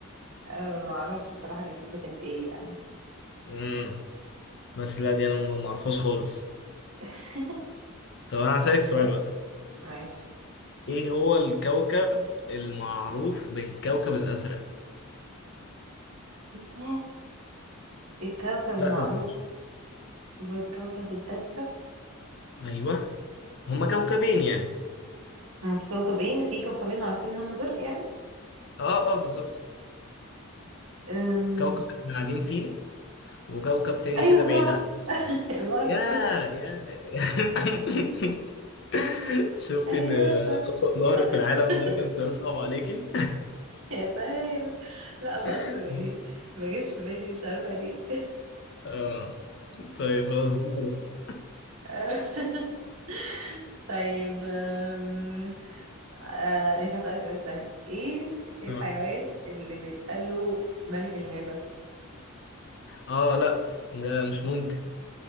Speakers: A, on the right (about 80°); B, on the left (about 55°).
A: آه معرفش بصراحة جنسيته كانت ايه يعني
B: امم بس لا دي انا ما ما اعرفهاش خالص
A: <laughs>
B: طب انا هسألك
A: شفتها
B: سؤال بقى
A: ماشي
B: ايه هو الكوكب المعروف بالكوكب الازرق
A: <gasps> آه، الكوكب المعروف
B: لا ده صفر
A: بالكوكب الأسود
B: ايوه هما كوكبين يعني
A: هما في كوكبين في كوكبين معروفين إن هما زرق يعني
B: اه اه بالظبط
A: أم...
B: كوكب احنا قاعدين فيه وكوكب تاني
A: أيوة
B: كده بعيد
A: صح
B: عن التاني.
A: <laughs> الأرض
B: يا يا <laughs> شفتي
A: <laughs> أيوة
B: ان
A: صح
B: اطول نهر في العالم
A: <laughs>
B: ده كان سؤال صعب عليكي
A: يا سلام لا بس
B: <laughs>
A: يعني ما جاش في بالي مش عارفة ليه
B: اه طيب خلاص دورك
A: <laughs> طيب أم... آه مش هسألك سؤال سهل ايه الحيوان
B: اه
A: اللي بيتقال له ملك الغابة
B: آه، لا ده مش ممكن